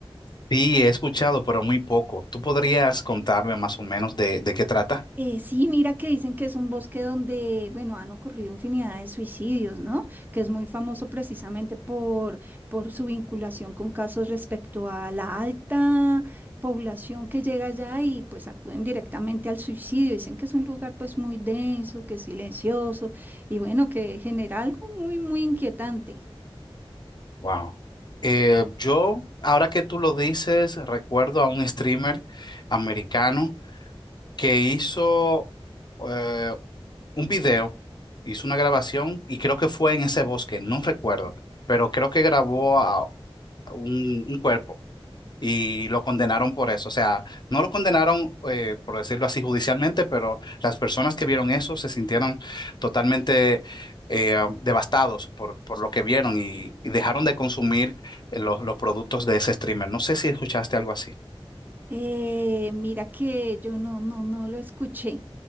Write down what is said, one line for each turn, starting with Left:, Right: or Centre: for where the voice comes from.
Left: Sí, he escuchado, pero muy poco. ¿Tú podrías contarme más o menos de, de qué trata?
Right: Eh, sí, mira que dicen que es un bosque donde, bueno, han ocurrido infinidad de suicidios, ¿no? Que es muy famoso precisamente por, por su vinculación con casos respecto a la alta población que llega allá y pues acuden directamente al suicidio. Dicen que es un lugar pues muy denso, que es silencioso y bueno, que genera algo muy, muy inquietante.
Left: Wow. Eh, yo, ahora que tú lo dices, recuerdo a un streamer americano que hizo eh, un video, hizo una grabación y creo que fue en ese bosque, no recuerdo, pero creo que grabó un, un cuerpo y lo condenaron por eso. O sea, no lo condenaron, eh, por decirlo así, judicialmente, pero las personas que vieron eso se sintieron totalmente eh, devastados por, por lo que vieron y, y dejaron de consumir eh, los, los productos de ese streamer. No sé si escuchaste algo así.
Right: Eh, mira que yo no, no, no lo escuché.